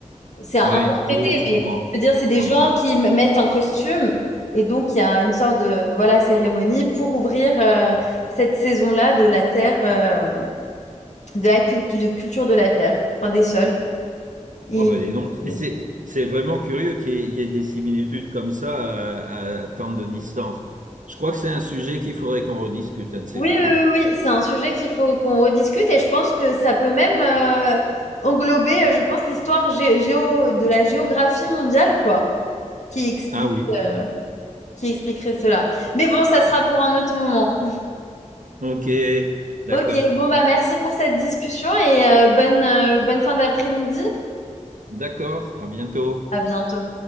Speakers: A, on the left; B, on the right.
A: c'est à
B: Oui,
A: interpréter,
B: oui, oui, je
A: mais
B: comprends.
A: je veux dire, c'est des
B: Ouais.
A: gens qui m- mettent un costume et donc il y a une sorte de voilà cérémonie pour ouvrir euh, cette saison-là de la terre, euh, de la cul- de culture de la terre, enfin des sols. Et-
B: Oh bah dis donc,
A: Oui,
B: <laughs> c'est c'est vraiment curieux qu'il y ait il y ait des similitudes comme ça à, à tant de distance. Je crois que c'est un sujet qu'il faudrait qu'on rediscute un de ces
A: oui,
B: jours,
A: oui,
B: hein.
A: oui, c'est un sujet qu'il faut qu'on rediscute et je pense que ça peut même euh, englober, euh, je pense, l'histoire gé- géo de la géographie mondiale, quoi, qui explique,
B: Ah oui,
A: euh, qui expliquerait cela. Mais bon, ça sera pour un autre moment.
B: ok, d'accord,
A: Ok, bon bah merci pour cette discussion et euh, bonne, euh, bonne fin d'après-midi.
B: d'accord, à bientôt.
A: À bientôt.